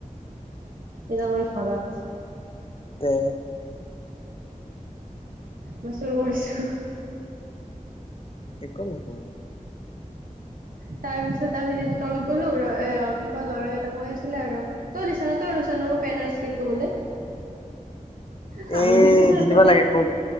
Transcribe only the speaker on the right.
এতিয়া মই ঘৰত।
মই চুৰ কৰিছো।
তাৰপিছত আমি যে, তলত গ'লো ৰ এ অ কি ক'ল ল'ৰা কেইটা কৈ আছিলে আৰু তই লৈছা ন, তই লৈছা ন মোৰ পেন আৰু স্কেলটো বোলে। হাঁহি
দিছো তাতে